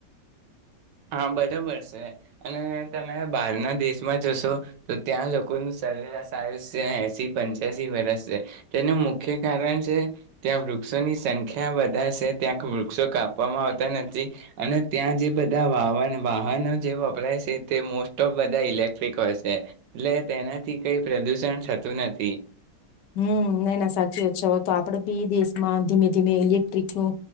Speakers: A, on the right; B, on the left.
A: હા બરોબર છે અને તમે બહારના દેશમાં જશો તો ત્યાં લોકોનું સરેરાશ આયુષ એસી પંચ્યાસી વર્ષ છે તેનું મુખ્ય કારણ છે ત્યાં વૃક્ષોની સંખ્યા વધારે છે ત્યાંક વૃક્ષો કાપવામાં આવતા નથી અને ત્યાં જે ધા વાવન વાહનો જે વપરાય છે તે મોસ્ટ ઓફ બધા ઇલેક્ટ્રિક હોય છે એટલે તેનાથી કઈ પ્રદુષણ થતું નથી
B: હમ ના ના સાચી વાત છે હોય તો આપડે બી દેશમાં ધીમે ધીમે ઇલેક્ટ્રિક નું